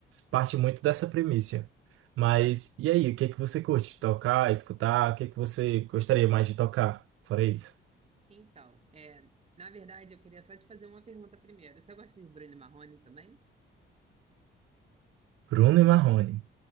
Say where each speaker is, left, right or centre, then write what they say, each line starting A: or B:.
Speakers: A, on the right; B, on the right.
A: parte muito dessa premissa. Mas e aí, o que é que você curte? Tocar, escutar? O que é que você gostaria mais de tocar? Fora isso.
B: Então, é, na verdade, eu queria só te fazer uma pergunta primeiro. Você gosta de Bruno Marrone também?
A: Bruno e Marrone.